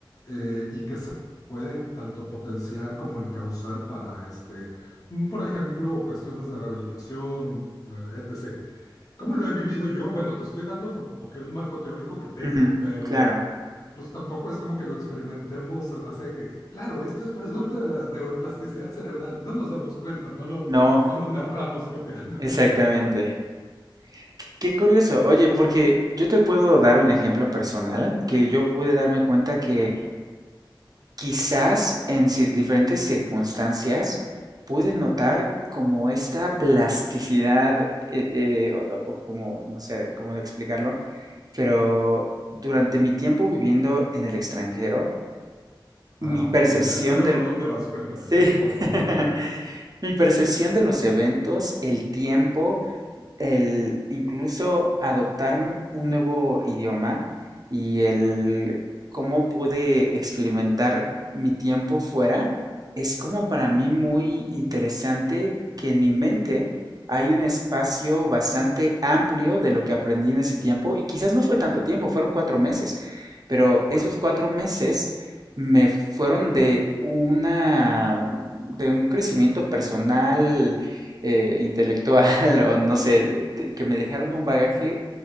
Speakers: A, on the left; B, on the right.
A: eh, y que se puede tanto potenciar como encauzar para, este, mm, por ejemplo, cuestiones de rehabilitación, eh, etc. ¿Cómo lo he vivido yo? Bueno, te estoy dando como que un marco teórico que tengo,
B: ujú,
A: pero
B: Claro,
A: pues tampoco es como que lo experimentemos, así que, que- claro, esto es producto de la neuroplasticidad cerebral, no nos damos cuenta, no lo,
B: no,
A: no lo narramos cotidianamente,
B: exactamente.
A: <laughs> ajá.
B: Qué qué curioso, oye, porque yo te puedo dar un ejemplo personal que yo pude darme cuenta que Quizás en cir- diferentes circunstancias pude notar como esta plasticidad, eh, eh, o, o- o como, no sé cómo explicarlo, pero durante mi tiempo viviendo en el extranjero, mi
A: Ah,
B: percepción
A: ok, ya, ya veo
B: del...
A: para dónde vas, cuéntame,
B: Sí,
A: sí, por favor.
B: <laughs>
A: <laughs>
B: mi percepción de los eventos, el tiempo, el incluso adoptar un nuevo idioma y el
A: Claro,
B: cómo pude experimentar mi tiempo fuera es como para mí muy interesante que en mi mente hay un espacio bastante amplio de lo que aprendí en ese tiempo y quizás no fue tanto tiempo, fueron cuatro meses, pero
A: claro.
B: esos cuatro meses me fueron de una de un crecimiento personal eh, intelectual <laughs> o no sé, de- de- que me dejaron un bagaje